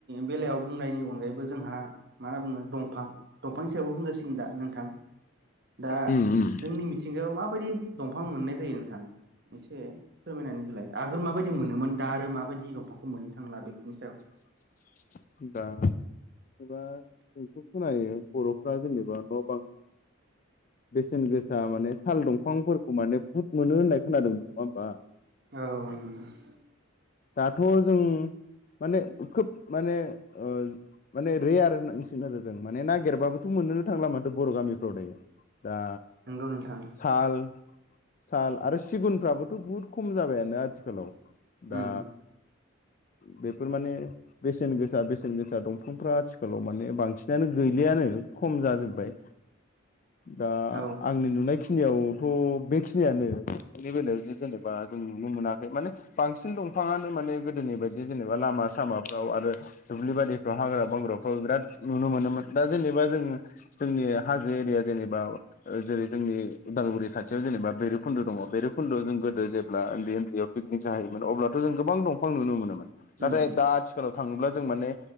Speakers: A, on the right; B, on the left.
A: बेलायाव बुंनायनि अनगायैबो जोंहा मा होनना बुङो दंफां दंफांनि सायावबो बुंजासिगोन दा नोंथां दा
B: उम उम
A: जोंनि मिथिंगायाव माबायदि दंफां मोननाय जायो नोंथां एसे फोरमायनानै होलाय आगोल माबायदि मोनोमोन दा आरो माबायदि दंफांखौ मोननो थांला बेफोरनि सायाव
B: <inaudible> दा एबा जोंथ' खोनायो बर'फ्रा जेनेबा न' बां बेसेन गोसा माने साल दंफांफोरखौ माने बुहुत मोनो होननाय खोनादोंमोन नङा होमबा
A: सायाव औ
B: दाथ' जों माने खोब माने ओ माने रेयार होनांसिगोन आरो जों माने ना गिरबाबोथ' मोननोनो थांला माथो बर' गामिफ्रावलाय दा
A: नंगौ नोंथां
B: साल साल आरो सिगुनफ्राबोथ' बुहुत खम जाबायानो आथिखालाव दा
A: उम
B: बेफोर माने बेसेन गोसा बेसेन गोसा दंफांफ्रा आ थिखालाव माने बांसिनानो गैलियानो खम जाजोबबाय दा
A: औ
B: आंनि नुनाय खिनियावथ' बेखिनियानो दंफांनि बेलायाव जेनेबा जों नुनो मोनाखै माने बांसिन दं फाङानो माने गोदोनि बायदि जेनेबा लामा-सामाफ्राव आरो दुब्लि बारिफ्राव हाग्रा-बंग्राफ्राव बिराद नुनो मोनोमोन दा जेनेबा जों जोंनि हाजो एरिया जेनेबा जेरै जोंनि उदालगुरि खाथियाव जेनेबा भैरुखुनदु दं भैरुखुनदआव जों गोदो जेब्ला उनदै उनदैयाव पिकनिक जाहैयोमोन अब्लाथ' जों गोबां दंफां नुनो मोनोमोन नाथाय
A: उम
B: दा आथिखालाव थाङोब्ला जों माने